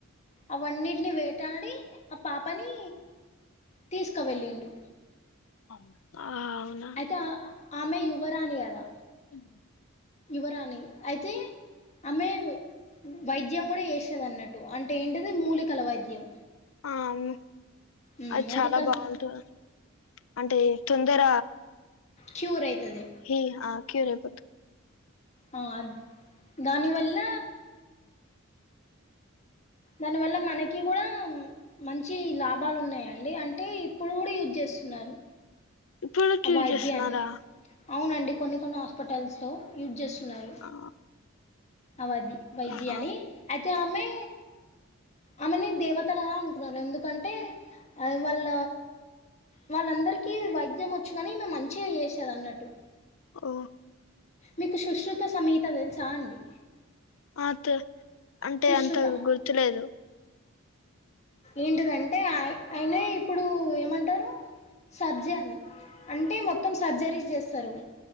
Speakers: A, on the left (about 30°); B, on the left (about 70°).
A: అవన్నింటిని వేటాడి ఆ పాపని తీసుకువెళ్ళిండు.
B: అ అవునా
A: అ ఆమె యువరానీ కదా
B: ఉ
A: యువరాని అయితే ఆమె వైద్యం కూడా చేసేదన్నట్టు అంటే ఏంటిది మూలికల వైద్యం.
B: ఆ అవును
A: ఉమ్,
B: అది
A: మూలికలు
B: చాలా బాగుంటుంది అంటే తొందర
A: క్యూర్ అవుతుంది
B: హ ఆకే రేపద్దు
A: ఆ దానివల్ల దానివల్ల మనకి కూడా మంచి లాభాలు ఉన్నాయండి అంటే ఇప్పుడు కూడా యూజ్ చేస్తున్నారు.
B: ఇప్పుడు క్యూర్
A: ఆ వైద్యాన్ని
B: చేస్తున్నారా
A: అవునండి కొన్ని కొన్ని హాస్పిటల్స్లో యూజ్ చేస్తున్నారు
B: ఆ,
A: అవది వైద్యాని
B: ఆ,
A: అయితే ఆమె ఆమెని దేవతలలా అనుకున్నారు ఎందుకంటే వాళ్ళ వాళ్ళందరికీ వైద్యం వచ్చు కాని ఈమె మంచిగా చేసేది అన్నట్టు
B: ఉ
A: మీకు సుశ్రుత సమేత తెలుసాండి.
B: అ అంటే
A: సుశ్రుత
B: అంత గుర్తులేదు
A: ఏంటిదంటే అయిన ఇప్పుడు ఏమంటారు సర్జన్ అంటే మొత్తం సర్జరీ చేస్తారు